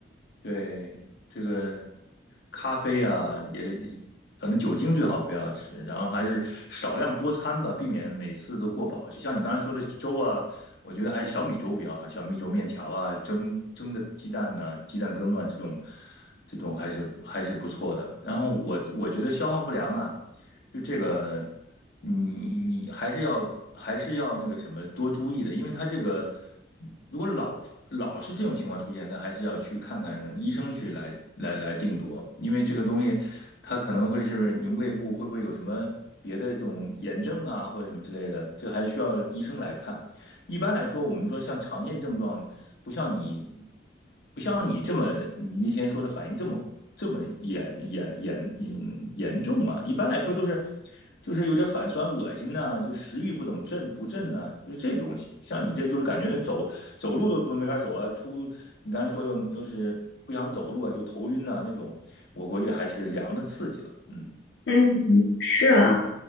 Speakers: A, on the left; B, on the left.
A: 对，这个咖啡啊，也也反正酒精最好不要吃，然后还是少量多餐吧，避免每次都过饱。就像你刚才说的粥啊，我觉得还是小米粥比较好，小米粥、面条啊、蒸蒸的鸡蛋呐、鸡蛋羹啊这种，这种还是还是不错的。然后我我觉得消化不良啊，就这个。你你还是要还是要那个什么多注意的，因为他这个如果老老是这种情况出现，那还是要去看看医生去来来来定夺，因为这个东西它可能会是不是你胃部会不会有什么别的这种炎症啊或者什么之类的，这还需要医生来看。一般来说，我们说像常见症状，不像你不像你这么你那天说的反应这么这么严严严严严重啊！一般来说就是就是有点反酸、恶心呐、啊就食欲不怎么振不振呐，啊就是这东西。像你这就是感觉那走走路都没法走啊，出你刚才说又又是不想走路啊，就头晕呐、那种，我估计还是凉的刺激了，嗯。
B: 嗯，是啊，